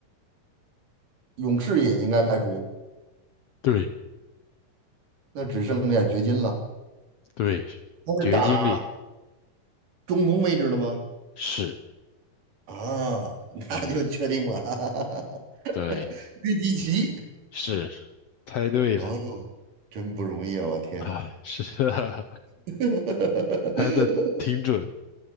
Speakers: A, on the right; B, on the left.
A: 勇士也应该排除，
B: 对
A: 那只剩下掘金了。
B: 对，
A: 他是打
B: 绝经里
A: 中锋位置的吗？
B: 是，
A: 啊，<laughs> 那就确定了，
B: 嗯，
A: <laughs>
B: 对，
A: 约基奇。
B: 是，猜对了
A: 哦，真不容易啊！我天，
B: 啊，是啊，
A: <laughs>
B: <laughs> 猜的挺准，